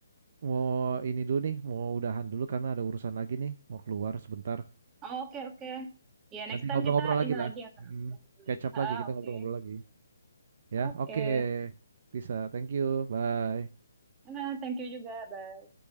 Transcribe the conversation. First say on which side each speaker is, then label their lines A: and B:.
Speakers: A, on the right; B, on the right.
A: mau ini dulu nih, mau udahan dulu karena ada urusan lagi nih, mau keluar sebentar.
B: Oh, oke oke. Ya
A: Nanti
B: next time
A: ngobrol-ngobrol
B: kita
A: lagi
B: ini
A: lah.
B: lagi ya Kak.
A: Mm,
B: Ngobrol gitu
A: catch
B: lagi.
A: up
B: Ah
A: lagi, kita
B: oke.
A: ngobrol-ngobrol lagi. Ya,
B: Oke.
A: oke. Tisa, thank you. Bye.
B: Nah, thank you juga. Bye.